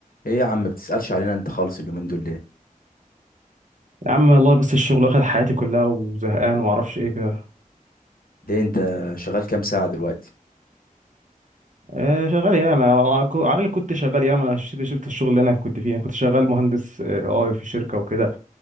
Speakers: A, on the left; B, on the right.
A: ايه يا عم بتسألش علينا انت خالص اليومين دول ليه
B: يا عم والله بس الشغل واخد حياتي كلها وزهقان ومعرفش ايه كده
A: ليه انت شغال كام ساعة دلوقتي
B: آه شغال ياما وعلى كو- على اللي كنت شغال ياما انا شفت شفت الشغل اللي انا كنت فيه انا كنت شغال مهندس آه، اي في شركه وكده